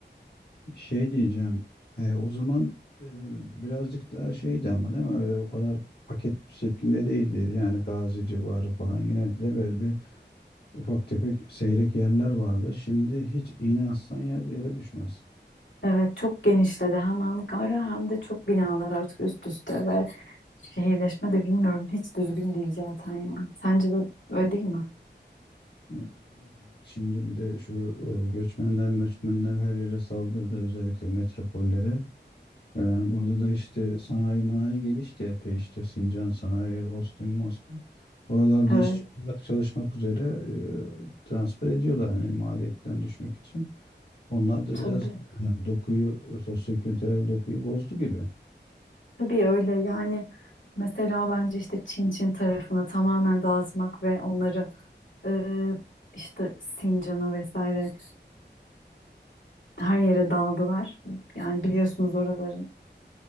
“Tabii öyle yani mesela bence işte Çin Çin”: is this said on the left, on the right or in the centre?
Left